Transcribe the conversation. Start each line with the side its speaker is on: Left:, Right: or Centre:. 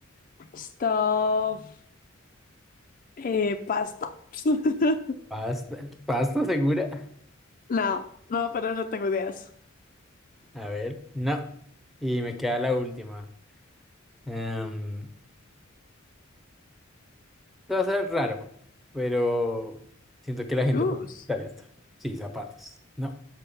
Left: stuffed eh, pasta. <laughs>
Centre: ¿Pasta? ¿Pasta segura?
Left: No, no, pero no tengo ideas.
Centre: A ver, no. Y me queda la última. Em, esto va a ser raro, pero siento que la
Left: Chus.
Centre: gente puede pintar esto. Sí, zapatos. No.